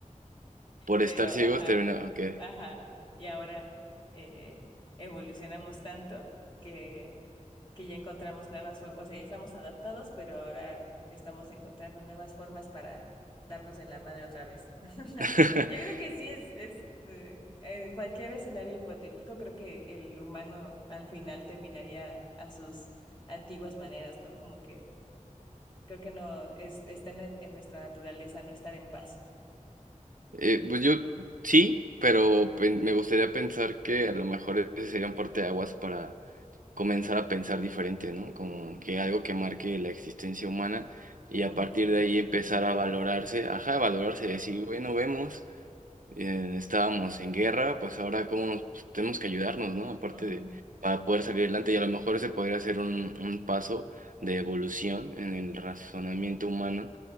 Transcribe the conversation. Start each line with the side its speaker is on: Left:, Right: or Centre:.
Right: por
Left: Pero,
Right: estar
Left: ajá,
Right: ciegos terminaba, ok.
Left: ajá, y ahora eh, evolucionamos tanto que que ya encontramos nuevas formas, o sea, ya estamos adaptados, pero ahora estamos encontrando nuevas formas para darnos en la madre otra vez. <laughs> Yo
Right: <laughs>
Left: creo que sí es, es eh, en cualquier escenario hipotético, creo que el humano al final terminaría a sus antiguas maneras, ¿no? Como que creo que no, es, está en, en nuestra naturaleza no estar en paz.
Right: Eh, pues yo sí, pero pen- me gustaría pensar que a lo mejor ese sería un parteaguas para comenzar a pensar diferente, ¿no? Como que algo que marque la existencia humana y
Left: Bonito.
Right: a partir de ahí empezar
Left: Ujú.
Right: a valorarse, ajá, a valorarse, decir, bueno, vemos eh, estábamos en guerra, pues ahora cómo nos pues, tenemos que ayudarnos, ¿no? Aparte
Left: Ujú.
Right: de para poder salir adelante y a lo mejor ese podría ser un, un paso de evolución en el razonamiento humano